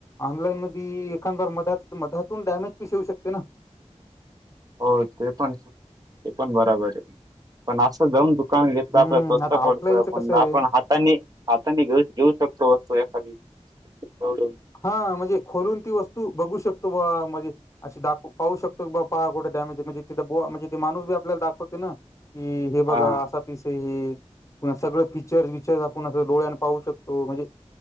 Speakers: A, on the left; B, on the right.
A: ऑनलाईन मध्ये एखांदबार मधात मधातून डॅमेज पिस येऊ शकते ना?
B: हो ते पण, ते पण बरोबर आहे, पण असं जाऊन दु कानात घेतलं
A: हम्म
B: तर आपण स्वस्त
A: आता
B: पडतंय,
A: ऑफलाईनच
B: पण
A: कसं आहे
B: आपण ह तानी हातानी घेऊ घेऊ शकतो वस्तू एखादी <unintelligible>
A: हा म्हणजे, खोलून ती वस्तू बघू शकतो बा म्हणजे अशी दाखव पाहू शकतो बप्पा, कुठे डॅमेज आहे म्हणजे ती ब म्हणजे तेे माणूस बी आपल्याला दाखवते ना? कि हे बघा
B: हा
A: असं पिसय, पुन्हा सगळं फीचर विचर आपण असं डोळ्यानं पाहू शकतो, म्हणजे